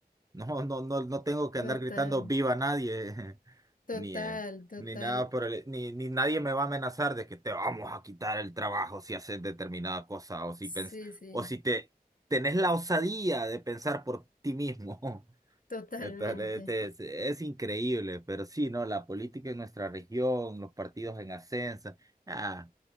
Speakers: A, on the right (about 20°); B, on the left (about 60°).
A: no, no, no, no tengo que andar
B: Total,
A: gritando viva nadie, <laughs>
B: total,
A: ni, eh,
B: total,
A: ni nada por el, ni, ni nadie me va a amenazar de que te vamos a quitar el trabajo si haces determinada cosa, o si
B: sí,
A: pens,
B: sí,
A: o si te tenés la osadía de pensar por ti mismo. <laughs>
B: totalmente.
A: Entonces, este, es, es increíble, pero sí, ¿no? La política en nuestra región, los partidos en ascenso, ah,